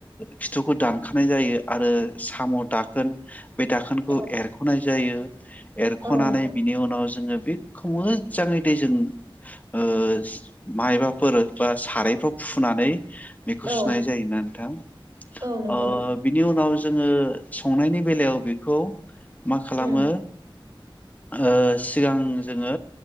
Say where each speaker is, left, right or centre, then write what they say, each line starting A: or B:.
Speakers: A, on the left (about 15°); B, on the right (about 45°).
A: फिथुखौ दानखानाय जायो आरो साम' दाखोन बे दाखोनखौ
B: औ
A: एरख'नाय जायो एरख'नानै
B: औ नंगौ
A: बिनि उनाव जोङो बेखौ मोजाङै दैजों ओ <unintelligible> मायबाफोर बा सारायफ्राव फुनानै बेखौ
B: औ
A: सुनाय जायोना नोंथां
B: औ नंगौ
A: अ बिनि नि उनाव जोङो संनायनि बेलायाव बेखौ मा खालामो
B: उम
A: ओ सिगां जोङो